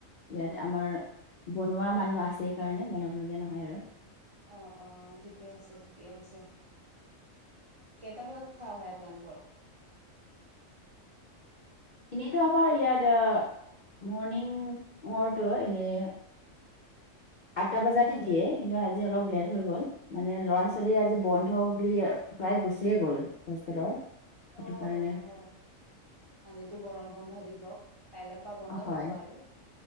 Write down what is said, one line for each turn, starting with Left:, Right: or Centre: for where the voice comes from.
Left: ইয়াত
Right: নহয়
Left: আমাৰ
Right: নহয়
Left: বনোৱা
Right: হয়
Left: মানুহ আছে। কাৰণে বনাবলগীয়া নহয় আৰু
Right: অ' অ' ঠিকে আছে, ঠিকে আছে। কেইটা বজাত খোৱা হয়, আপোনালোকৰ?
Left: এনেইতো আমাৰ ইয়াত মৰ্ণিং ৰটো এনেই আঠটা
Right: উম
Left: বজাতে দিয়ে। কিন্তু, আজি অলপ লেট হৈ গ'ল মানে ল'ৰা ছোৱালীয়ে আজি বন্ধ বুলি প্ৰায় গুচিয়ে গ'ল হোষ্টেলৰ সেইকাৰণে
Right: অ অ হয় আজিতো গৰম বন্ধ দিৱ, কাইলৰ পৰা বন্ধ
Left: হয়,
Right: হ'ব আৰু